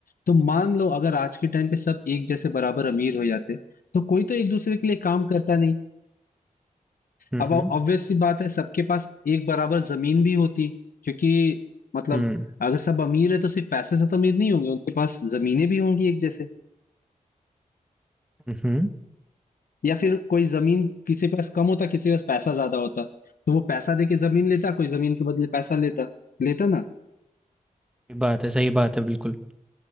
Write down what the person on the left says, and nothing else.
तो मान लो अगर आज के टाइम पे सब एक जैसे बराबर अमीर हो जाते तो कोई तो एक दूसरे के लिए काम करता नहीं
अब ऑब्वियस सी बात है सबके पास एक बराबर जमीन भी होती क्योंकि मतलब
अगर सब अमीर है तो सिर्फ पैसे से तो अमीर नहीं होंगे उनके पास जमीनें भी होंगी एक जैसे
या फिर कोई जमीन किसी के पास कम होता किसी के पास पैसा ज्यादा होता तो वो पैसा देके जमीन लेता कोई जमीन के बदले पैसा लेता लेता ना